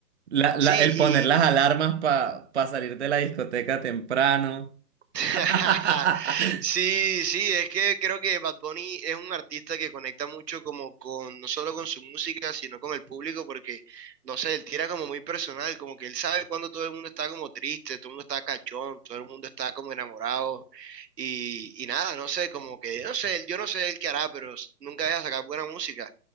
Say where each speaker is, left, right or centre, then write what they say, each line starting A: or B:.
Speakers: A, on the right; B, on the right.
A: La- la-
B: Sí,
A: el poner las alarmas para salir de la discoteca temprano.
B: <laughs>
A: <laughs>
B: Sí, sí, es que creo que Bad Bunny es un artista que conecta mucho como con, no solo con su música, sino con el público, porque, no sé, él tira como muy personal, como que él sabe cuando todo el mundo está como triste, todo el mundo está cachón, todo el mundo está como enamorado, y, y nada, no sé, como que, no sé, yo no sé él qué hará, pero s- nunca deja sacar buena música.